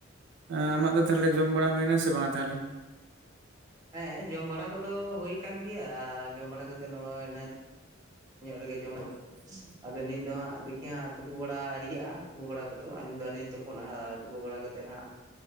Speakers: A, on the right (about 60°); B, on the right (about 20°).
A: ᱮᱸ ᱟᱢᱟᱜ ᱫᱚ ᱛᱟᱦᱚᱞᱮ ᱡᱚᱢ ᱵᱟᱲᱟ ᱦᱩᱭᱱᱟ ᱥᱮ ᱵᱟᱝᱼᱟ ᱛᱟᱦᱚᱞᱮ?
B: ᱦᱮᱸ ᱡᱚᱢ ᱵᱟᱲᱟ ᱠᱚᱫᱚ ᱦᱩᱭ ᱟᱠᱟᱱ ᱜᱮᱭᱟ, ᱟᱨ ᱡᱚᱢ ᱵᱟᱲᱟ ᱠᱟᱛᱮᱫ ᱱᱚᱜᱼᱚᱭ ᱱᱟᱧ ᱧᱚᱜ ᱨᱮᱜᱮ ᱡᱚᱢ <inaudible>
A: <inaudible>
B: ᱟᱫᱚ ᱱᱤᱛ ᱫᱚ ᱦᱟᱸᱜ ᱫᱮᱠᱷᱤ ᱦᱟᱸᱜ ᱛᱩᱯᱩ ᱵᱟᱲᱟ ᱟᱹᱣᱨᱤᱭᱟᱜᱼᱟ, ᱛᱩᱯᱩ ᱵᱟᱲᱟ ᱠᱚᱫᱚ᱾ ᱟᱹᱞᱤᱧ ᱫᱚ ᱟᱹᱣᱨᱤ ᱞᱤᱧ ᱛᱩᱯᱳᱱᱟ, ᱛᱩᱯᱩ ᱵᱟᱲᱟ ᱠᱟᱛ ᱛᱮ ᱦᱟᱸᱜ